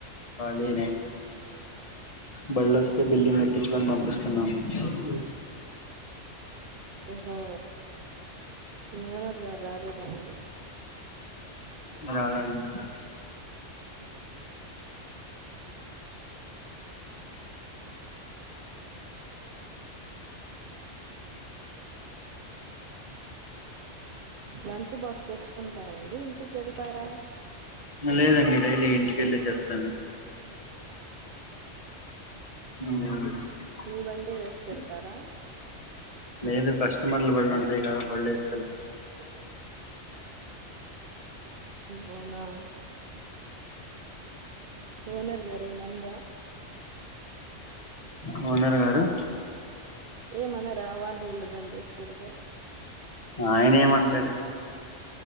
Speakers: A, on the left (about 35°); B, on the right (about 60°).
A: ఖాళీని బళ్ళ వస్తే బిల్డి ముట్టించుకని పంపిస్తున్నాము స
B: హా మీ ఓనర్ రాలేదండి
A: రాల ఇంకా
B: లంచ్ బాక్స్ తెచ్చుకుంటారండి ఇంటికి వెళ్తారా
A: లేదండి డైలీ ఇంటిక వెళ్ళి చేస్తాను అ
B: మీ బండే వేసుకెళ్తారా
A: నేను పస్ట్ సమాలు బర్డేస్కల్త
B: అవునా స ఓనర్ గారూ ఏం అనరా
A: వఓనర్ గారు
B: ఏమనరా వాళ్ళు విళ్ళ బండి తీసుకెళ్తే
A: ఆయన ఏమంటాడు